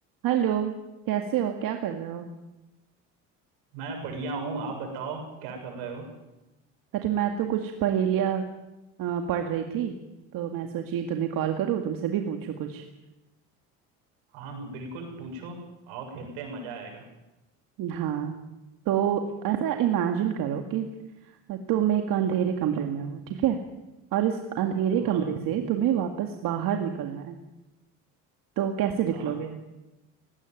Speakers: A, on the right; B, on the right.
A: Hello कैसे हो क्या कर रहे हो
B: मैं बढ़िया हूँ आप बताओ क्या कर रहे हो
A: अरे मैं तो कुछ पहेलियाँ अ, पढ़ रही थी तो मैं सोची तुम्हें कॉल करूँ तुमसे भी पूछूं कुछ
B: हाँ बिल्कुल पूछो आओ खेलते हैं मजा आएगा
A: हाँ तो ऐसा इमेजिन करो कि तुम एक अंधेरे कमरे में हो ठीक है और इस अंधेरे
B: हाँ
A: कमरे से तुम्हें वापस बाहर निकलना है तो कैसे निकलोगे
B: हाँ